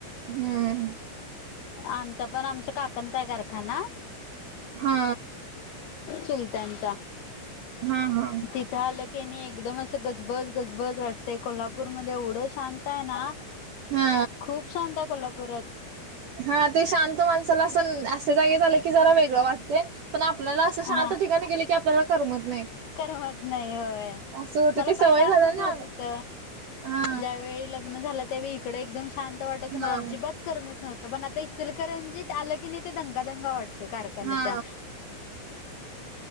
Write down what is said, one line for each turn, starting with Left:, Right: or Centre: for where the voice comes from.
Right: हम्म.
Left: आमचा पण आमच्या काकांचा आहे कारखाना.
Right: हा.
Left: चुलत्यांचा
Right: हा हा.
Left: तिथ आलं की नाही एकदम असं गजबज गजबज वाटतंय कोल्हापूरमध्ये एवढं शांत आहे ना.
Right: हा
Left: खूप शांत आहे कोल्हापुरात.
Right: हा ते शांत माणसाला असं न अश्या जागेत आल्यावर जरा वेगळं वाटतंय पण आपल्याला असं
Left: हा
Right: शांत ठिकाणी गेले की आपल्याला करमत नाही.
Left: करमत नाही होय
Right: असं होत
Left: मला
Right: ते
Left: पहिलं
Right: सवय झालं
Left: असंच
Right: ना
Left: होत होत.
Right: हा
Left: ज्यावेळी लग्न झालं त्यावेळी इकडे एकदम शांत वाटायचं
Right: हा
Left: मला अजिबात करमत नव्हतं पण आता इचलकरंजीत आलं की नाही ते दंगा दंगा वाटत कारखान्याचा.
Right: हा